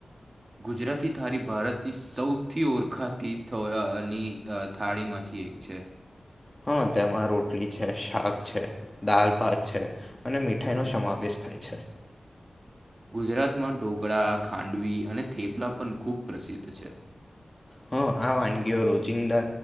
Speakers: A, on the right; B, on the left.
A: ગુજરાતી થાળી ભારતની સૌથી ઓળખાતીની થાળીમાંથી એક છે
B: હા તેમાં રોટલી છે શાક છે દાલ ભાત છે અને મીઠાઈ નો સમાવેશ થાય છે
A: ગુજરાતમાં ઢોકળા ખાંડવી અને થેપલા પણ ખૂબ પ્રસિદ્ધ છે
B: હ આ વાનગીઓ રોજિંદા